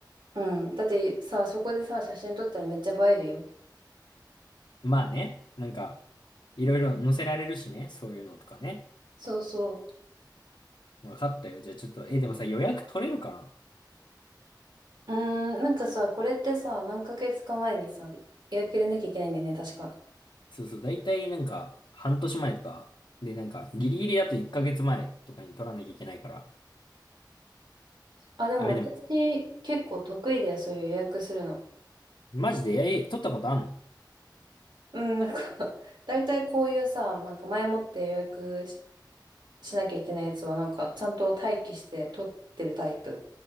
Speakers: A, on the right (about 80°); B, on the left (about 70°).
A: うん。だってさ、そこでさ、写真撮ったらめっちゃ映えるよ。
B: まあね、なんか、いろいろ載せられるしね。そういうのとかね。
A: そうそ
B: 分かったよ。じゃあちょっと、え、でもさ、予約取れるかな
A: う。うーん、なんかさ、これってさ、何ヶ月か前にさ、予約入れなきゃいけないんだよね、確か。
B: そうそう、だいたいなんか、半年前とか、で、なんか、ギリギリだと1ヶ月前とかに取らなきゃいけないから。
A: あ、でも私、
B: あれでも、
A: 結構得意だよ、そういう予約するの。
B: マジで、え、取ったことあんの
A: うん、なんか <laughs> 大体こういうさ、なんか前もって予約し、しなきゃいけないやつは、なんか、ちゃんと待機して撮ってるタイプ。